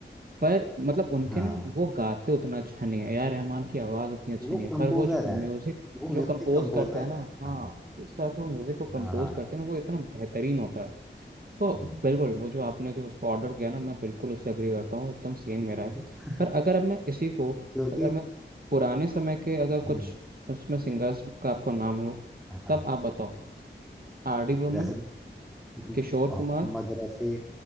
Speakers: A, on the right (about 50°); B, in the centre.
A: पर मतलब उनके
B: हाँ
A: ना वो गाते उतना अच्छा नहीं है ए आर रहमान की आवाज़ उतनी अच्छी
B: वो
A: नहीं है
B: कंपोजर
A: पर वो जो म्यूजिक
B: हैं वो
A: जो
B: म्यूजिक
A: कंपोज
B: कंपोजर
A: करते हैं ना
B: हैं
A: हाँ
B: हाँ
A: जिस तरह से वो म्यूजिक को कंपोज
B: हाँ हाँ हाँ,
A: करते हैं ना वो इतना बेहतरीन होता है तो
B: हम्म।
A: बिल्कुल वो जो आपने जो उसको ऑर्डर किया ना मैं बिल्कुल उससे अग्री करता हूँ एकदम सेम
B: <laughs>
A: मेरा है पर अगर अब मैं इसी को
B: क्योंकि
A: अगर मैं पुराने समय के अगर कुछ
B: हम्म,
A: उसमें सिंगर्स का आपको नाम लो
B: हाँ
A: तब आप बताओ R D Burman
B: जैसे मोहम्मद
A: किशोर कुमार
B: रफी